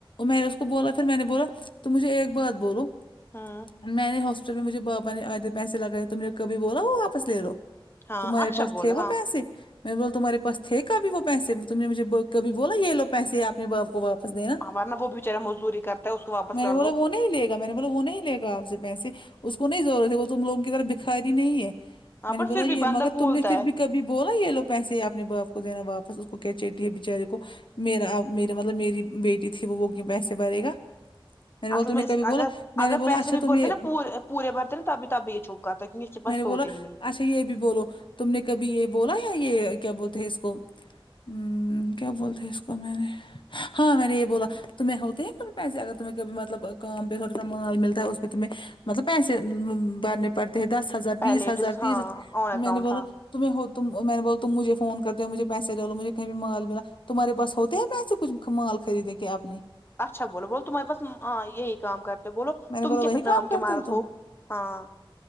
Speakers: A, on the left; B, on the left.
A: میں نے اس کو بولا پھر میں نے بولا تم مجھے ایک بات بولو
B: ہاں
A: میں نے ہاسپٹل میں مجھے بابا نے آدھے پیسے لگائے تم نے کبھی بولا ہو واپس لے لو
B: ہاں
A: تمہارے
B: اچھا
A: پاس
B: بولا
A: تھے وہ
B: ہاں
A: پیسے میں بول تمہارے پاس تھے کبھی وہ پیسے تم نے مجھے کبھی بولا یہ لو پیسے اپنے باپ کو واپ پ دینا
B: ہاں ورنہ وہ بچارا مزدوری کرتا ہے اس کو واپس
A: میں
B: کر
A: نے بولا
B: دو
A: وہ نہیں لے میں نے بول وہ نہیں لے گا آپ سے پیسے اس کو نہیں ضرورت ہے وہ تم لوگوں کی طرح بکھاری نہیں ہے
B: ہاں
A: میں
B: بٹ
A: نے بولا
B: پھر
A: یہ
B: بھی بندہ
A: مگر
B: بولتا
A: تم نے پھر
B: ہے
A: بھی کبھی بولا یہ لو پیسے اپنے باپ کو دینا واپس اس کو کیا چیٹی ہے بچارے کو میرا ما مطلب میری بیٹی تھی وہ وہ کیو پیسے بھرے گا مینے بول
B: اصل
A: تو
B: میں
A: نے کبھی بولا
B: اگر
A: میں
B: اگر
A: نے بولا
B: پیسے
A: اچھا
B: بھی
A: تم
B: برتے
A: یہ
B: نا پورے پورے بھرتے نا تو اب بھی تب بھی یہ چھو کرتا ہے کیک اس کے
A: میں
B: پس
A: نے بولا
B: ہوتے ہی نہیں
A: اچھا یہ بھی بولو تم نے کبھی یہ بولا یا یہ کیا بولتے ہیں اس کو ہمم کیا بولتے ہیں اس کو میں نے ہاں میں نے یہ بولا تمہیں ہوتے ہی کب پیسے اگر تمہیں مطلب کام پہ تھوڑا سا ملتا ہے اس پہ تمہیں مطلب پیسے بھرنے پڑتے ہیں دس ہزار
B: پہلے
A: بیس ہزار
B: ڈس ہاں
A: تیس
B: آن اکاؤنٹ
A: میں نے بولا
B: ہاں
A: تمہ ہو تم میں نے بول تم مجھے فون کرتے ہو مجھے پیسے ڈالو مجھے کہیں مال ملا تمہارے پاس ہوتے ہیں پیسے کچھ مال خریدیں کے اپنی
B: اچھا بولو بولو تمہارےاس ہاں یہی کام کرتے بولو
A: میں نے
B: تم
A: بولا
B: کیا
A: وہی
B: پھر
A: کام
B: نام کی
A: کرتے
B: مارت
A: تم
B: ہو ہاں